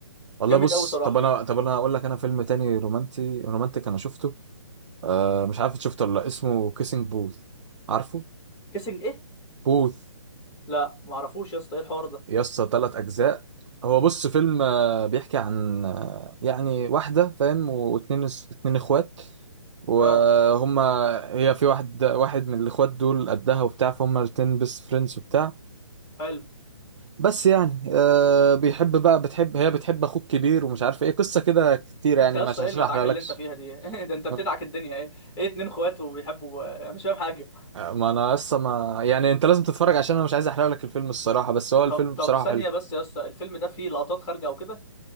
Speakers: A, on the right; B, on the left.
A: والله
B: جامد
A: بص
B: قوي صراحه
A: طب انا طب انا اقول لك انا فيلم تاني رومانتي رومانتك انا شفته آه مش عارف إنت شفته ولا لا اسمه كيسنج بوث عارفه
B: كيسنج ايه
A: بوث
B: لا معرفوش يا اسطى ايه الحوار ده
A: يا اسطى ثلاث اجزاء هو بص فيلم آه، بيحكي عن آه، يعني واحده فاهم واتنين اتنين اخوات وهما
B: اه
A: هي في واحد واحد من الاخوات دول قدها وبتاع فهم الاتنين بس فريندز وبتاع
B: حلو
A: بس يعني آه بيحب بقى بتحب هي بتحب اخوك كبير ومش عارف ايه قصه كده كتير يعني
B: انت يا
A: مش
B: اسطى
A: عشان
B: ايه المدعكه
A: احرق لكش
B: اللي انت فيها دي <laughs> ده انت بتدعك
A: ما
B: الدنيا ايه ايه اتنين اخوات وبيحبوا انا مش فاهم حاجه
A: ما انا لسه ما يعني انت لازم تتفرج عشان انا مش عايز احرق لك الفيلم الصراحه بس هو الفيلم
B: طب
A: بصراحه
B: طب ثانية
A: حلو
B: بس يا اسطى الفيلم ده فيه لقطات خارجة أو كده؟